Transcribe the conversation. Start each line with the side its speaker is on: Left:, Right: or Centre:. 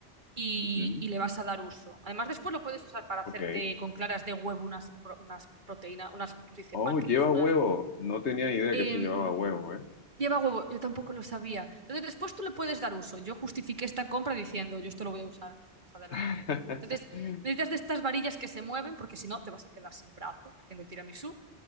Right: y,
Left: ujú,
Right: y le vas a dar uso. Además, después lo puedes usar para hacerte
Left: ok.
Right: con claras de huevo unas, pro- unas proteínas, unas, ¿cómo se dice?
Left: Oh,
Right: Pancakes,
Left: lleva
Right: unas...
Left: huevo. No tenía idea
Right: Eh,
Left: que eso llevaba huevo, ¿eh?
Right: lleva huevo, yo tampoco lo sabía. Entonces, después tú le puedes dar uso. Yo justifiqué esta compra diciendo, yo esto lo voy a usar más adelante.
Left: <laughs>
Right: Entonces, necesitas de estas varillas que se mueven, porque si no, te vas a quedar sin brazo haciendo el tiramisú,